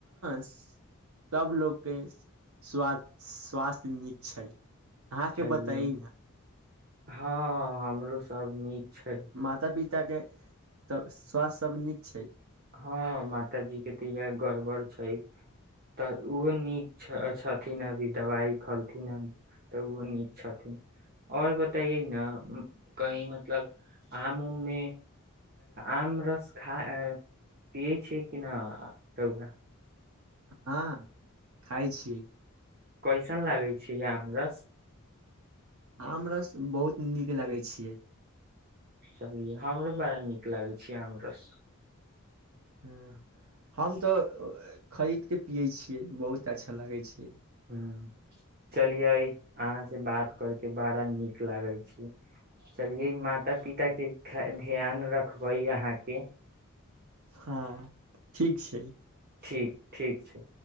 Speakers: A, on the right (about 70°); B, on the right (about 45°).
A: सभ लोग के स स्वास्थ्य नीक छै अहाँके
B: चलियै
A: बताइ न
B: हँ हमरो सब नीक छै
A: माता पी के तब स्वास्थ सब नीक छै
B: हँ मातााजी के तऽ इएह गड़बड़ छै तऽ ओहो नीच अच्छा खेलकिन अभी दवाई खलखिन हन त उहो नीक छथिन आओर बताई ना कहीं मतलब आम उम मे आम रस खा अ पए छी कि न रउआ
A: हँ खाय छी
B: कैसन लागै छै आमरस
A: आम रस बहुत नीक लगै छियै
B: चलियै हमरो बड़ा नीक लागै छै हमरो
A: ह हम तऽ खरीद के पियै छियै बहुत अच्छा लागै छै
B: ह चलियै अहाँ से बात करके बड़ा नीक लागै छै चलिये माता पिता के ध्यान रखबै अहाँके
A: हँ ठीक छै
B: ठीक ठीक छै